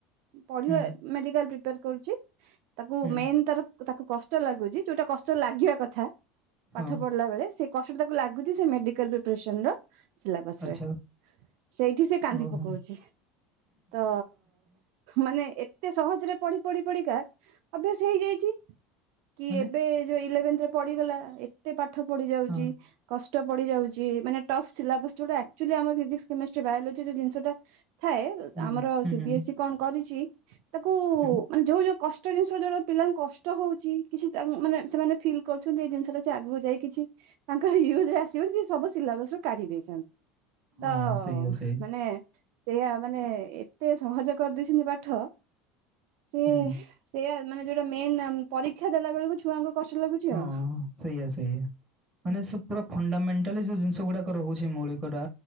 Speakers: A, on the right; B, on the right.
A: ପଢିବ
B: ହୁଁ,
A: ମେଡିକାଲ ପ୍ରିପ୍ୟାର କରୁଚି। ତାକୁ
B: ହୁଁ,
A: ମେନ୍ ତାର ତାକୁ କଷ୍ଟ ଲାଗୁଚି ଯୋଉଟା କଷ୍ଟ ଲାଗିଆ କଥା
B: ହଁ,
A: ପାଠ ପଢିଲା ବେଳେ ସେ କଷ୍ଟ ତାକୁ ଲାଗୁଚି ସେ ମେଡିକାଲ ପ୍ରିପରେସନର ସିଲବସ୍
B: ଆଚ୍ଛା,
A: ରେ। ସେଇଠି ସେ କାନ୍ଦି
B: ଓହୋ!
A: ପକଉଚି, ତ ମାନେ ଏତେ ସହଜରେ ପଢି ପଢି ପଢିକା ଅଭ୍ୟାସ ହେଇଯାଇଚି। କି
B: ମାନେ
A: ଏବେ ଯୋଉ ଇଲେଭେନଥ୍ ରେ ପଢିଗଲା ଏତେ ପାଠ ପଡି ଯାଉଚି
B: ହଁ,
A: କଷ୍ଟ ପଡିଯାଉଚି ମାନେ ଟପ୍ ସିଲାବସ୍ ଯୋଉଟା ଅକ୍ଚୁଆଲି ଆମର ଫିିଜିକ୍ସ୍ କେମିଷ୍ଟ୍ରି ବାୟୋଲୋଜି ଯୋଉ ଜିନିଷଟା ଥାଏ
B: ହୁଁ,
A: ଆମର
B: ହୁଁ,
A: ସି
B: ହୁଁ,
A: ବିି ଏସ୍ ଇ କଣ କରିଚି ତାକୁ
B: ହୁଁ,
A: ମାନେ ଯୋଉ ଯୋଉ କଷ୍ ଷ୍ଟ ଜିନିଷ ଯୋଉଟା ପିଲାଙ୍କୁ କଷ୍ ଟ ହଉଚି କିଛି ତା-ମାନେ ସେମାନେ ଫିଲ୍ କରୁଛନ୍ତି ଏଇ ଜିନିଷଟା ସେ ଆଗୁକୁ ଯାଇ କିଛି ତାଙ୍କ ୟୁଜରେ ଆସିବନି ସେ ସବୁ ସିଲାବସରୁ କାଢି ଦେଇଚନ୍ତି।
B: ହଁ,
A: ତ ଅ
B: ସେଇଆ ସେଇ।
A: ମାନେ ସେଇଆ ମାନେ ଏତେ ସହଜ କରିଦେଇସନ୍ତି ପାଠ ସେ
B: ହୁଁ,
A: ସେୟା ମାନେ ଯୋଉଟା ମେନ୍ ପରୀକ୍ଷା ଦେଲା ବେଳୁକୁ ଛୁଆଙ୍କୁ କଷ୍ଟ ଲାଗୁଛି
B: ହଁ
A: ଆଉ।
B: ସେୟା ସେୟା, ମାନେ
A: ଅଛି
B: ସେ ପୁରା ଫଣ୍ଡାମେଣ୍ଟ୍ ଟାଲି ଯୋଉ ଜିନିଷ ଗୁଡାକ ରହୁଚି ମୌଳିକଟା